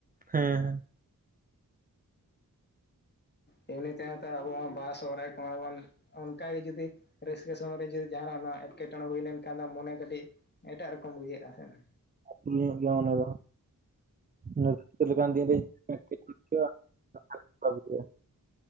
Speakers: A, on the right; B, on the left.
A: ᱦᱮᱸ ᱦᱮᱸ᱾
B: ᱦᱮᱸ, ᱤᱱᱟᱹ ᱛᱟᱭᱚᱢ ᱛᱮᱦᱚᱸ ᱟᱵᱚ ᱦᱚᱸ ᱵᱟᱦᱟ ᱥᱚᱦᱨᱟᱭ ᱠᱚᱢᱟ ᱵᱚᱱ ᱚᱱᱠᱟ ᱜᱮ ᱡᱩᱫᱤ ᱨᱟᱹᱥᱠᱟᱹ ᱥᱚᱢᱚᱭ ᱨᱮ ᱡᱩᱫᱤ ᱡᱟᱦᱟᱸᱱᱟᱜ ᱚᱱᱟ ᱮᱴᱠᱮ ᱴᱚᱬᱮ ᱦᱩᱭ ᱞᱮᱱᱠᱷᱟᱱ ᱫᱚ ᱦᱟᱸᱜ ᱢᱚᱱᱮ ᱠᱟᱹᱴᱤᱜ ᱮᱴᱟᱜ ᱨᱚᱠᱚᱢ ᱵᱩᱡᱷᱟᱹᱜ-ᱟ ᱦᱮᱸ᱾
A: ᱟᱹ ᱯᱩᱱᱭᱟᱹᱜ ᱜᱮᱭᱟ ᱢᱚᱱᱮ ᱫᱚ ᱦᱟᱸᱜ, ᱨᱟᱥᱠᱟᱹ ᱞᱮᱠᱟᱱ ᱫᱤᱱ ᱨᱮ <unintelligible> ᱚᱸᱠᱟ ᱵᱩᱡᱷᱟᱹᱜᱼᱟ᱾